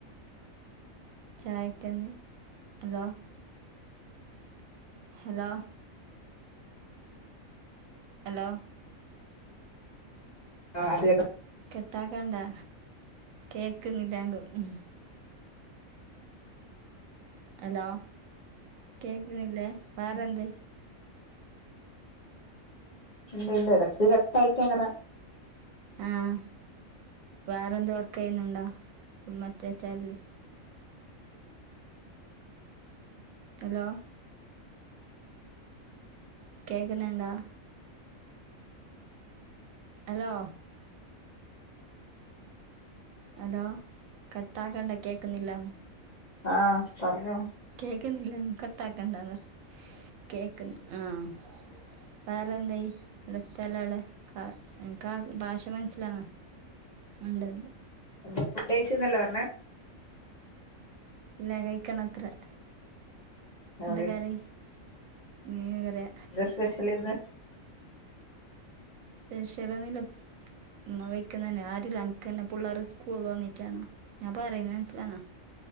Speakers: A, on the right; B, on the left.
A: ചായക്കെന്ത് <unintelligible> ഹലോ ഹലോ
B: <unintelligible>
A: കെട്ടാക്കണ്ടാ കേക്കുന്നില്ലാങ്കും ഉം ഹലോ കേക്കുന്നില്ലേ വേറെന്ത്
B: ഇണ്ട് ഇണ്ട് ഇടക്ക് കട്ടായിട്ടങ്ങനെ
A: ആഹ് വേറെന്ത് വർക്ക് ചെയ്യുന്നുണ്ടാ മറ്റേ ചാലില് ഹലോ കേക്ക്ന്ന്ണ്ടാ ഹലോ ഹലോ കട്ടാക്കണ്ട കേക്കുന്നില്ല
B: ആഹ് പറഞ്ഞോ
A: കേക്കുന്നില്ലം കട്ടാക്കണ്ടാന്ന് കേക്ക് ആഹ് വേറെന്തയി നിന്റെ സ്ഥലെവിടെ ആഹ് എന്ക്കാ ഭാഷ മനസ്സിലാ ഒണ്ട്
B: ന്താ ഫുഡ് കഴിച്ന്നല്ലേ പറഞ്ഞെ
A: ഇല്ല കയ്ക്കണത്രെ
B: ആ
A: എന്ത കറി? മീൻകറിയ
B: ന്താ സ്പെഷ്യലിന്ന്
A: ശ്യലൊന്നുല്ല ഉ വെക്കുന്ന തന്നെ ആരും നനക്ക്ന്നെ പുള്ളേർ സ്കൂള തന്നിട്ടാണ് ഞാൻ പറയുന്ന